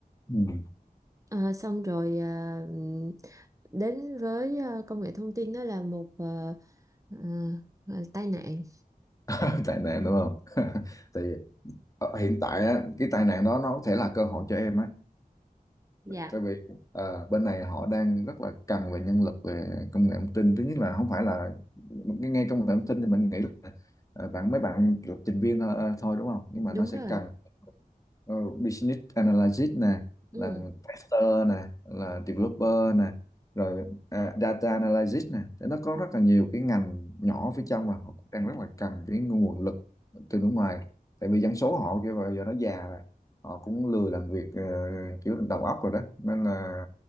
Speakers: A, on the left (about 20°); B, on the right (about 20°).
A: Ừ.
B: Ờ, xong rồi à, ừm, đến với à, công nghệ thông tin đó là một à, à, gọi là tai nạn
A: <laughs> Tệ nạn đúng không? <laughs> thì ờ, hiện tại á, cái tai nạn đó nó có thể là cơ hội cho em á
B: Dạ,
A: tại vì à, bên này họ đang rất là cần về nhân lực về công nghệ thông tin thứ nhất là không phải là nghe nghe công nghệ thông tin thì mình nghĩ là à, bạn mấy bạn lập trình viên thôi, à, thôi đúng không nhưng mà
B: đúng
A: nó sẽ
B: rồi.
A: cần ờ, business analyst nè là
B: ừ.
A: tester nè là developer nè rồi à, data analyst nè Thế nó có rất là nhiều cái ngành nhỏ phía trong mà họ cũng đang rất là cần cái nguồn lực từ nước ngoài tại vì dân số họ kêu bây giờ nó già họ cũng lười làm việc ờ, kiểu đầu óc rồi đó nên là